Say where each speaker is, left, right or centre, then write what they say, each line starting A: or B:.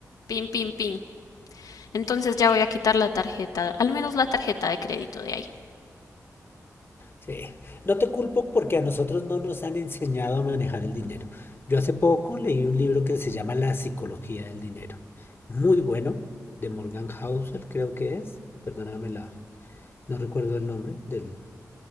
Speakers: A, on the left; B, on the left.
A: Pin, pin, pin. Entonces ya voy a quitar la tarjeta, al menos la tarjeta de crédito de ahí.
B: Sí, no te culpo porque a nosotros no nos han enseñado a manejar el dinero. Yo hace poco leí un libro que se llama La psicología del dinero. Muy bueno, de Morgan Housel, creo que es. Perdóname la, no recuerdo el nombre del,